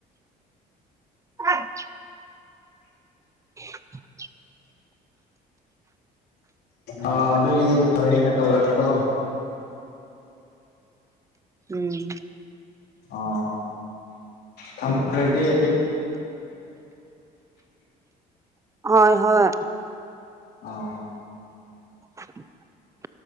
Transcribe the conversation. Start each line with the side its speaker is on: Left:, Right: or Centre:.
Right: ꯑ <unintelligible>
Left: ꯑ ꯑꯗꯨꯗꯤ ꯍꯔꯩꯟꯒ ꯇꯧꯔꯛꯇꯣ
Right: ꯎꯝ
Left: ꯑ ꯊꯝꯈ꯭ꯔꯥꯒꯦ
Right: ꯍꯣꯏ ꯍꯣꯏ
Left: ꯑ
Right: <unintelligible>